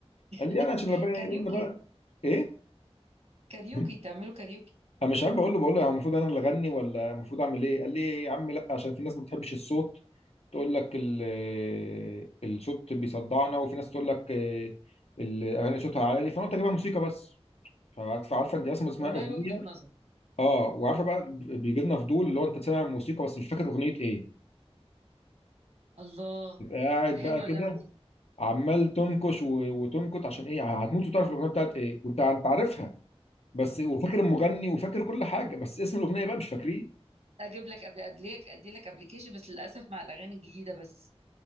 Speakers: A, on the right (about 75°); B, on the left (about 70°).
A: <laughs>
B: قال لي يعني عشان ربنا
A: كاريوكي
B: يقول لنا بقى ايه؟
A: كاريوكي
B: <laughs>
A: تعملوا كاريوكي
B: انا مش عارف بقول له بقول له يعني المفروض انا اللي اغني ولا المفروض اعمل ايه قال لي يا عم لا عشان في ناس ما بتحبش الصوت تقول لك ال- آه، الصوت بيصدعنا وفي ناس تقول لك آه، الاغاني صوتها عالي فانا قلت اجيبها موسيقى بس فعارفه عارفه انت اصلا اسمها
A: والله
B: اغنيه
A: وجهه نظر
B: اه وعارفه بقى بيجي لنا فضول اللي هو انت سامع موسيقى بس مش فاكر اغنيه ايه
A: الله
B: تبقى قاعد
A: حلوه
B: بقى كده
A: اللعبه دي
B: عمال تنكش و- وتنكت عشان ايه هتموت وتعرف الاغنيه بتاعت ايه وانت انت عارفها بس وفاكر المغني وفاكر كل حاجه بس اسم الاغنيه بقى مش فاكريه
A: اجيب لك أبي- ادي لك ادي لك ابلكيشن بس للاسف مع الاغاني الجديده بس